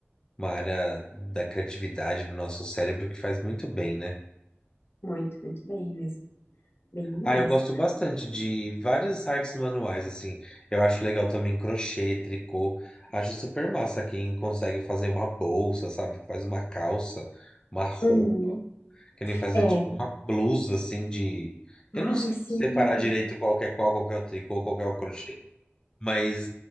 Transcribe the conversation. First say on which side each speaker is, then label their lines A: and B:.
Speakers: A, on the left (about 20°); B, on the left (about 65°).
A: uma área da criatividade do nosso cérebro que faz muito bem, né?
B: muito, muito bem mesmo. Bem demais.
A: Ah, eu gosto bastante de várias artes manuais, assim. Eu acho legal também crochê, tricô. Acho super massa quem consegue fazer uma bolsa, sabe? Faz uma calça, uma roupa.
B: Uhum.
A: Querem fazer
B: É.
A: tipo uma blusa assim de. Eu não
B: Ai,
A: sei
B: sim.
A: separar direito qual que é qual, qual que é o tricô, qual que é o crochê, mas